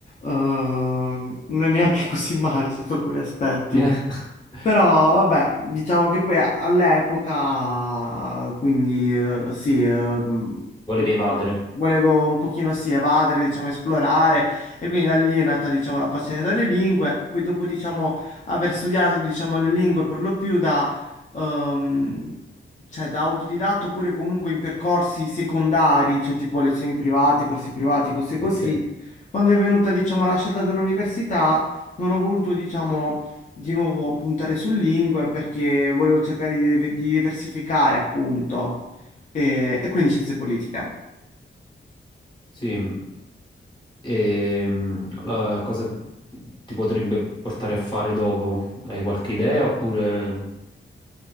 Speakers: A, on the left (about 40°); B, on the left (about 20°).
A: non è neanche <laughs> così male sotto alcuni aspetti.
B: <laughs>
A: Però vabbè, diciamo che poi a- all'epoca, quindi eh, sì, eh, mh,
B: Volevi
A: diciamo,
B: evadere.
A: volevo un pochino sì evadere, diciamo esplorare e quindi da lì è nata diciamo la passione delle lingue, poi dopo diciamo aver studiato diciamo le lingue per lo più da, ehm, cioè, da autodidatto oppure comunque in percorsi secondari, cioè tipo lezioni private, corsi privati, cose
B: Ok.
A: così, quando è venuta diciamo la scelta dell'università non ho voluto diciamo di nuovo puntare su lingue perché volevo cercare di, di diversificare, appunto, e, e quindi scienze politiche.
B: Sì. E mm, ehm, la cosa ti potrebbe portare a fare dopo? Hai qualche idea oppure...